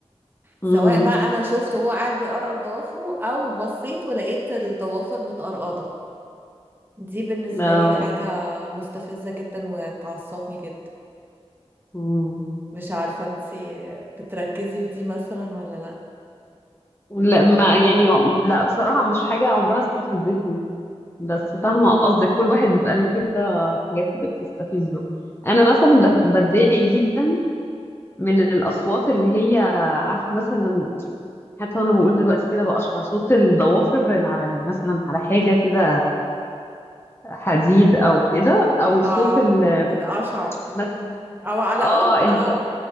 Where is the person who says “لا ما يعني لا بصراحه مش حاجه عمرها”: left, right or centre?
Left